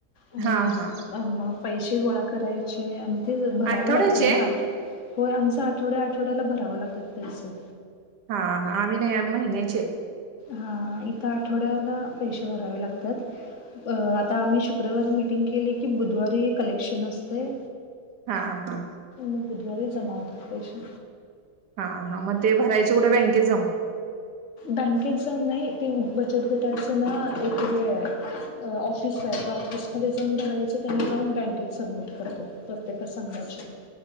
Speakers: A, on the left; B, on the right.
A: आणि
B: हा हा
A: अ म पैशे गोळा करायचे आणि ते भरावं
B: आठवड्याची
A: लागतय
B: आहे
A: ना आठ होय आमचं आठवड्या आठवड्याला भरावं लागतात पैशे.
B: हा हा आम्ही नाय आम्ही महिन्याचे
A: हा एक आठवड्याला पैसे भरावे लागतात अ आता आम्ही शुक्रवारी मिटिंग केली की बुधवारी कलेक्शन असतय
B: हा, हा
A: म बुधवारी जमा होते पैशे
B: हा, हा मग ते भरायचे कुढे बँकेत जाऊन
A: बँक नाही ते बचत गटाच ना एक वेळ ऑफिस आहे ऑफिस मध्ये जाऊन भरायचं त्यांनी जाऊन बँकेत सबमिट करतात प्रत्येका संघाचे